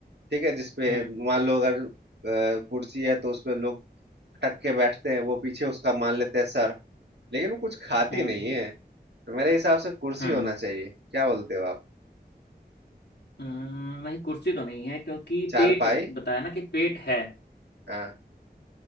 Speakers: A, on the right; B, on the left.
A: ठीक है जिसपे
B: हम्म
A: मान लो अगर अ, कुर्सी है तो उसपे लोग अटक के बैठते हैं वो पीछे उसका मान लेते हैं सर लेकिन वो कुछ खाती
B: हम्म
A: नहीं है तो मेरे हिसाब से कुर्सी
B: हम्म
A: होना चाहिए क्या बोलते हो आप
B: हम्म, नहीं कुर्सी तो नहीं है क्योंकि
A: चारपाई
B: पेट बताया ना कि पेट है
A: हाँ